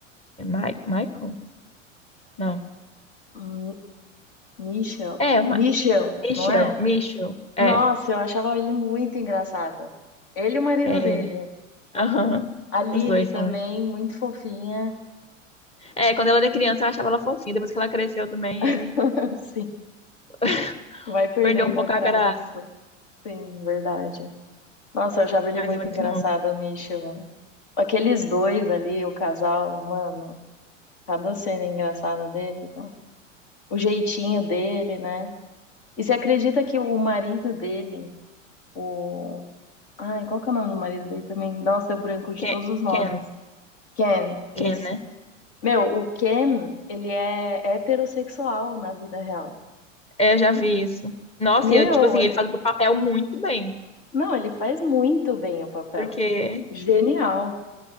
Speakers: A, on the left; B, on the left.
A: é Mi- Michael? Não.
B: Mi- Michel.
A: É, Ma
B: Michel,
A: Michel,
B: não é?
A: Michel. É,
B: Nossa, eu achava ele muito engraçado. Ele e o marido
A: é
B: dele.
A: ele. Aham.
B: A Lily
A: Os dois
B: também,
A: são.
B: muito fofinha.
A: É, quando ela era criança, eu achava ela fofinha. Depois que ela cresceu também,
B: <laughs> Sim,
A: aí <laughs>
B: vai perdendo
A: perdeu um pouco
B: a graça.
A: a graça.
B: Sim, verdade. Nossa, eu achava ele
A: Mas
B: muito
A: é muito
B: engraçado,
A: bom.
B: o Michel. Aqueles dois ali, o casal, mano, cada cena engraçada deles, né? O jeitinho dele, né? E você acredita que o marido dele, o. Ai, qual que é o nome do marido dele também? Nossa, eu branco de
A: Ken,
B: todos os nomes.
A: Ken,
B: Ken,
A: Ken,
B: isso.
A: né?
B: Meu, o Ken, ele é heterossexual na vida real.
A: É, eu já vi isso. Nossa,
B: Meu,
A: e eu, tipo assim,
B: é-
A: ele faz o papel muito bem.
B: não, ele faz muito bem o papel.
A: Porque
B: Genial,